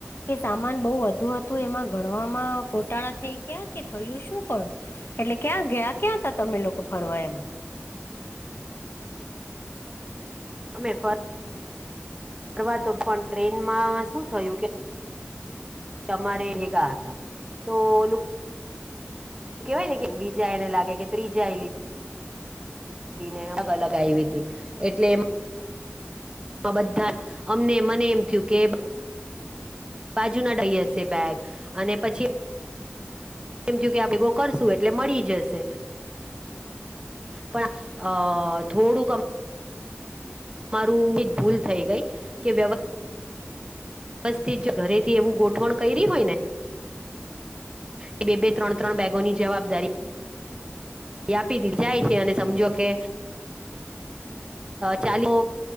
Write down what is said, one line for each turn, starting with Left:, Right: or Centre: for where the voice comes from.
Left: કે સામાન બહુ વધુ હતું એમાં ગણવામાં ગોટાળા થઈ ગયા કે થયું શું પણ એટલે ક્યાં ગયા ક્યાં તા તમે લોકો ફરવા એમ
Right: અમે ફર ફરવાતો પણ ટ્રેનમાં શું થયું કે અમારે ભેગા હતા તો લુ કેહેવાય ને કે બીજા એને લાગે કે ત્રીજા એ લી ને અલગ અલગ આયવી તી એટલે એમ બધા અમને મને એમ થયું કે બાજુ ના ડાઈ હશે બેગ અને પછી
Left: <inaudible>
Right: એમ થયું કે આપણે કો કરશું એટલે મળી જશે પણ આ થોડુંક અમ મારું એક ભૂલ થઇ ગઈ કે વ્યવ વ્યવસ્થિત ઘરે થી એવું ગોઠવણ કયરી હોય ને એ બે -બે ત્રણ -ત્રણ બેગોની જવાબદારી આપી દે જાય છે અને સમજો કે ચાલો